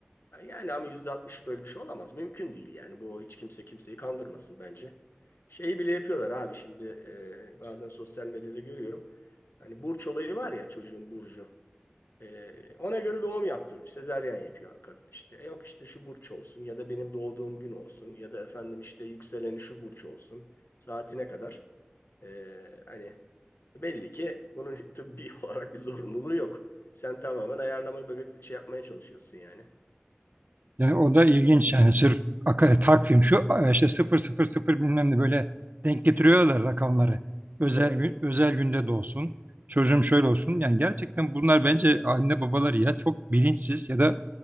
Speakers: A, on the left; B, on the right.
A: Yani ama %60 böyle bir şey olamaz. Mümkün değil yani. Bu hiç kimse kimseyi kandırmasın bence. Şeyi bile yapıyorlar abi şimdi e, bazen sosyal medyada görüyorum. Hani burç olayı var ya çocuğun burcu. E, ona göre doğum yaptır. Sezaryen yapıyor kadın işte. E, yok işte şu burç olsun ya da benim doğduğum gün olsun ya da efendim işte yükseleni şu burç olsun. Saatine kadar. E, hani belli ki bunun tıbbi <laughs> olarak bir zorunluluğu yok. Sen tamamen ayarlama bebek şey yapmaya çalışıyorsun yani.
B: yani o da ilginç yani sırf aka- takvim şu işte 000 bilmem ne böyle denk getiriyorlar rakamları. Özel
A: Evet.
B: gün, özel günde doğsun. Çocuğum şöyle olsun. Yani gerçekten bunlar bence anne babalar ya çok bilinçsiz ya da